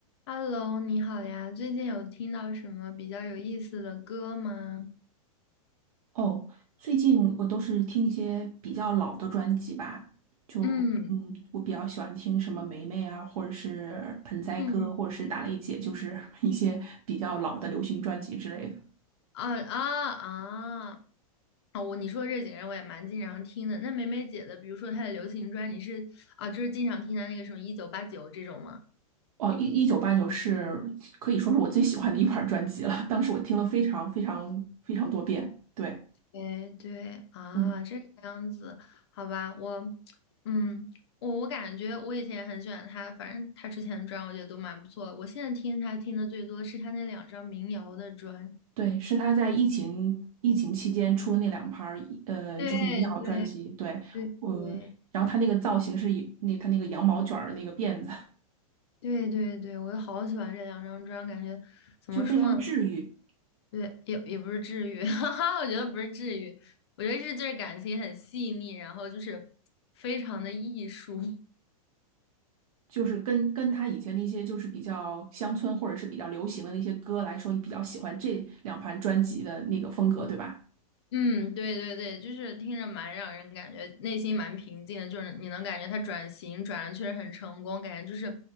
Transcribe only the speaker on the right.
哦，最近我都是听一些比较老的专辑吧，就嗯，
我比较喜欢听什么梅梅啊，或者是盆栽哥，
或者是打雷姐，就是 <laughs> 一些比较老的流行专辑之类的。
哦，一一九八九是可以说是我最喜欢的一盘儿专辑了，当时我听了非常非常非常多遍。对，
嗯，
对，是他在疫情疫情期间出的那两盘儿，呃，
就是民谣专辑。对，
我、然后他那个造型是以那他那个羊毛卷儿的那个辫子，
就非常治愈，
就是跟跟他以前那些就是比较乡村或者是比较流行的那些歌来说，你比较喜欢这两盘专辑的那个风格，对吧？